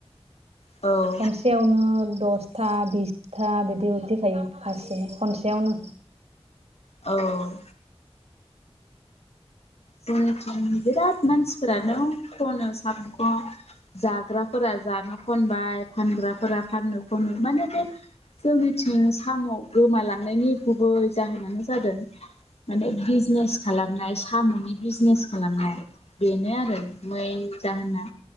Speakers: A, on the left; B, on the right.
A: औ
B: खनसेयावनो दसथा बिसथा बिदि उथिखायो फारसे खनसेयावनो
A: औ जोंनिथिं बिराद मानसिफोरानो खनो साम'खौ जाग्राफोरा जानो खनबाय फानग्राफोरा फाननो खनो माने बे जोंनिथिं साम' गोमालांनायनि गुबै जाहोनानो जादों माने बिजनेस खालामनाय साम'नि बिजनेस खालामनाय बेनो आरो मैन जाहोना